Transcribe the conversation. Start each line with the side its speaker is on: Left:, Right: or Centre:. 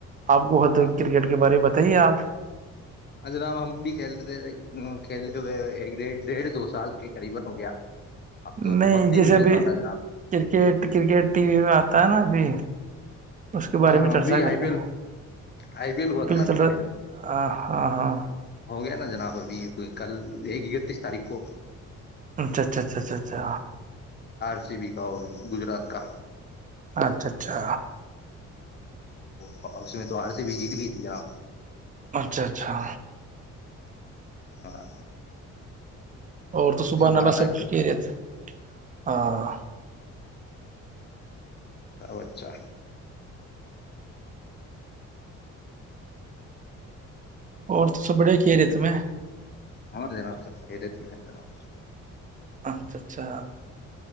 Right: آپ کو ہو تو
Left: ہاں
Right: کرکٹ کے بارے بتا بتائے آپ
Left: جناب ہم بھی کھیلتے تھےے کھیلے ہوئے ایک ڈ ڈیڑھ دو سال کے قریب ہو گیا اب تو
Right: نہیں
Left: وقت ہی
Right: جیسےبھی
Left: مل پاتا جناب
Right: کرکٹ کرکٹ ٹی وی میں آتا ہے نا ابھی اس کے
Left: ہاں
Right: بارے میں
Left: ہاں
Right: چرچا
Left: ابھی
Right: کر
Left: آئی پی
Right: لیں
Left: ایل آئی پی ایل ہوا تھا نا ابھی
Right: چل رہا
Left: فائنل
Right: ہے. ہاں ہاں
Left: ہو گیا نا جناب ابھی کل ایک اکتیس تاریخ کو
Right: اچھا اچھا اچھا اچھا اچھا
Left: کسی بھی کا اور گجرات کا
Right: اچھا اچھا
Left: تو اس میں تو آر سی بی جیت گئی تھی جناب
Right: اچھا اچھا
Left: ہاں
Right: ہاں اور تو صبح واللہ
Left: رہا تھا
Right: سب
Left: کل
Right: کہ رہے تھ ہاں
Left: ا اچھا
Right: اور توس بڑے کھیرے تو میں
Left: ہاں جناب سر کہہ دیے ت میں جناب
Right: اچھا اچھا